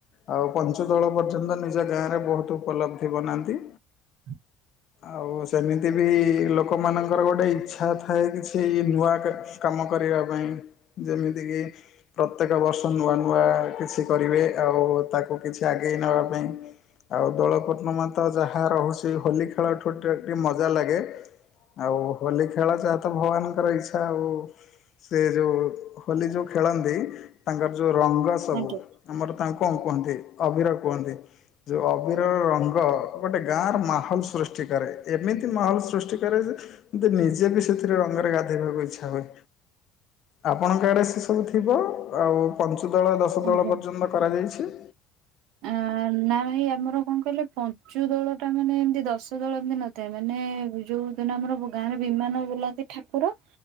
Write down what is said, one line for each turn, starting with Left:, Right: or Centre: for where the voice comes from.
Left: ଆଉ ପଞ୍ଚ ଦଳ ପର୍ଯ୍ୟନ୍ତ। ନିଜ ଗାଁରେ ବହୁତ ଉପଲବ୍ଧି ବନାନ୍ତି।
Right: <inaudible>
Left: ଆଉ ସେମିତି ବି ଲୋକମାନଙ୍କର ଗୋଟେ ଇଚ୍ଛା ଥାଏ କିଛି ନୂଆ କ କାମ କରିବା ପାଇଁ ଯେମିତିକି ପ୍ରତ୍ୟେକ ବର୍ଷ ନୂଆ ନୂଆ କିଛି କରିବେ ଆଉ ତାକୁ କିଛି ଆଗେଇ ନବା ପାଇଁ ଆଉ ଦୋଳ ପୂର୍ଣ୍ଣିମା ତ ଯାହା ରହୁଛି ହୋଲି ଖେଳଠୁ ଟିକେ ଟେ ମଜା ଲାଗେ। ଆଉ ହୋଲି ଖେଳ ଯାହା ତ ଭଗବାନଙ୍କର ଇଚ୍ଛା ଆଉ। ସେ ଯୋଉ ହୋଲି ଯୋଉ ଖେଳନ୍ତି ତାଙ୍କର ଯୋଉ ରଙ୍ଗ ସବୁ
Right: ଆଜ୍ଞା
Left: ଆମର ତାଙ୍କୁ କଣ କୁହନ୍ତି ଅଭିିର କୁହନ୍ତି। ଯଉଁ ଅବିରର ରଙ୍ଗ ଗୋଟେ ଗାଁର ମାହୋଲ ସୃଷ୍ଟି କରେ ଏମିତି ମାହୋଲ ସୃଷ୍ଟି କରେ ଯେ କିନ୍ତୁ ନିଜେ ବି ସେଥିରେ ରଙ୍ଗରେ ଗାଧୋଇବାକୁ ଇଚ୍ଛା ହୁଏ। ଆପଣଙ୍କ ଆଡ଼େ ସେ ସବୁ ଥିବ ଆଉ ପଞ୍ଚୁଦଳ ଦଶ
Right: ଆଜ୍ଞା।
Left: ତଳ ପର୍ଯ୍ୟନ୍ତ କରାଯାଇଛି।
Right: <unintelligible> ନା ଭାଇ ଆମର କଣ କହିଲେ ପଞ୍ଚୁ ଦଳ ଟା ମାନେ ଏମତି ଦଶ ଦଳ ଏମିତି ନଥାଏ ମାନେ ଯୋଉ ଯଉ ଦିନ ଆମର ଗାଁରେ ବିମାନ ବୁଲାନ୍ତି ଠାକୁର।